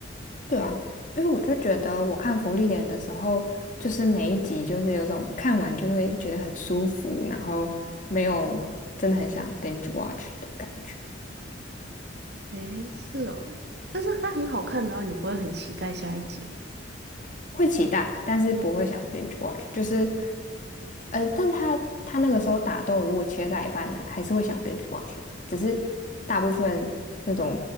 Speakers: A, on the left; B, on the right.
A: 对啊，因为我就觉得我看福利莲的时候，就是每一集就是有种看完就会觉得很舒服，然后没有真的很想 binge watch 的感觉。
B: 诶，是哦，但是它很好看的话，你不会很期待下一集吗
A: 会期待，但是不会想 binge watch，就是，呃，但他他那个时候打斗如果切在一半，还是会想 binge watch 啦。只是大部分那种，